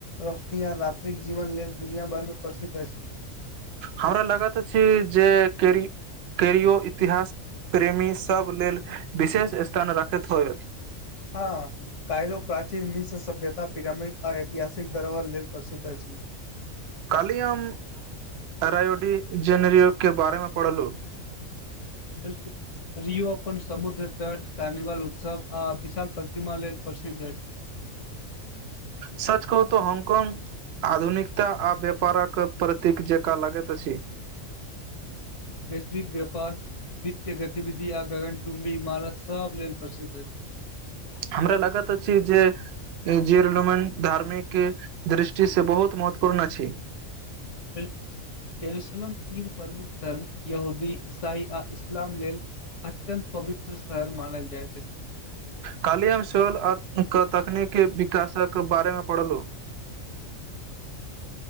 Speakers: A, on the left (about 65°); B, on the right (about 60°).
A: रोशनी आ रात्रिक जीवन लेल दुनिया भर में प्र। सिद्ध अछि।
B: हमरा लागत अछी जे केरी। करियओ इतिहास प्रेमी सभ लेल विशेष स्थान राखैत होयत।
A: हँ। कायरो प्राचीन मिश्र सभ्यता, पिरामिड आ ऐतिहासिक धरोहर लेल प्रसिद्ध अछि।
B: कलियम। अरायोडी जेनरियो के बारे में पढ़लहु।
A: बिल्कुल। रियओ अपन समुद्र तट, कार्निवाल उत्सव आ विशाल प्रतिमा लेल प्रसिद्ध अछि। <unintelligible> <unintelligible>
B: सच कहू तऽ हॉन्गकॉन्ग। आधुनिकता आ व्यापारक प्रतीक जेका लागैत अछि।
A: ठीक व्यापार। वित्तय गतिविधि आ गगन चुम्बी इमारत सब लेल प्रसिद्ध अछि।
B: हमरा लागत अछि जे। जेरलमन धार्मिक दृष्टिसँ बहुत महत्वपूर्ण अछि।
A: बिल्कुल। यरुसलम तीन प्रमुख धर्म यूहदी, ईसाई आ इस्लाम लेल। अत्यंत पवित्र शहर मानल जाइत अछि।
B: काल्हि हम सल आ तकनीकी विकासक बारे में पढ़लहुँ।
A: <unintelligible>